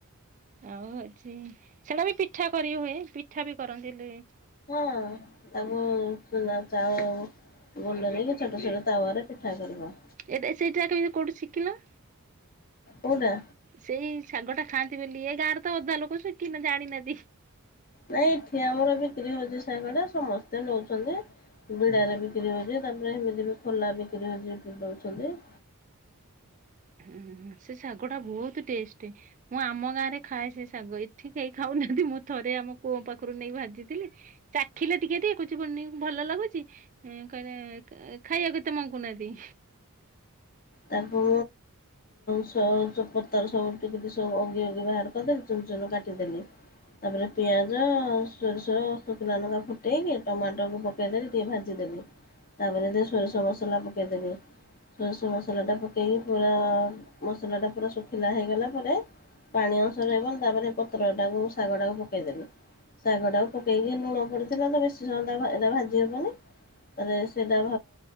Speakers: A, on the right; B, on the left.
A: ଆଉ ହଉଛି ସେଡ଼ା ବି ପିଠା କରି ହୁଏ, ପିଠା ବି କରନ୍ତି ଲି
B: ହଁ। ତାକୁ ଚୁନା ଚାଉଳ ଗୁଣ୍ଡ ନେଇକି ଛୋଟ ଛୋଟ ତାୱ ରେ ପିଠା କରିବ।
A: ଏଟ ସେଇଟା କେମିତି କୋଉଠି ଶିକିଲ?
B: କୋଉଟା?
A: ସେଇ ସାଗ ଟା ଖାଆନ୍ତି ବୋଲି ଏ ଗାଁରେ ତ ଅଧା ଲୋକ ସିକିନା କି ଜାଣିନାହାନ୍ତି।
B: ନାଇଁ ଏଠି ଆମର ବିକ୍ରି ହଉଛି ଶାଗ ଟା ସମସ୍ତେ ନଉଛନ୍ତି। ବିଡାରେ ବିକ୍ରି ହଉଛି ତାପରେ ହେମିତି ବି ଖୋଲା ବିକ୍ରି ହଉଛି ଦଉଛନ୍ତି।
A: ହଁ ସେ ଶାଗ ଟା ବହୁତ ଟେଷ୍ଟ। ମୁଁ ଆମ ଗାଁ ରେ ଖାଏ ସେ ଶାଗ ଏଠି କେହି ଖାଉନାହାନ୍ତି ମୁଁ ଥରେ ଆମ କୁଅ ପାଖରୁ ନେଇ ଭାଜିଥିଲି। ଚାଖିଲେ ଟିକେ ଟିକେ କଉଚି କୁଅନି ଭଲ ଲାଗୁଛି। କହିଲେ ଖାଇବାକୁ ଏତେ ମଙ୍ଗୁ ନାହାନ୍ତି।
B: ତାକୁ। ସ ଚ ପତର ସବୁ ଟିକ ସବୁ ଅଗି ଅଗି ବାହାର କରିଦେଲି ଚୁନ ଚୁନ କାଟିଦେଲି। ତାପରେ ପିଆଜ ସୋରିଷୋ ଶୁଖିଲା ଲଙ୍କା ଫୁଟେଇକି ଟମାଟୋକୁ ପ ପକାଇଦେଲି ଟିକିେ ଭାଜିଦେଲି ତାପରେ ଟିକ ସୋରିଷ ମସଲା ପକେଇଦେଲି। ସେ ମସଲାଟା ପକେଇକି ପୁରା ମସଲାଟା ପୁରା ଶୁଖିଲା ହେଇଗଲା ପରେ ପାଣି ଅଂଶ ରହିବନ ତାପରେ ପତ୍ର ଟାକୁ ଶାଗ ଟାକୁ ପକେଇଦେଲି। ଶାଗଟାକୁ ପକେଇକି ଲୁଣ ପଡ଼ିଥିଲା ତ ବେଶୀ ସମୟ ଏଇଟା ଭାଜି ହେବନି ତାରେ ସେଇଟା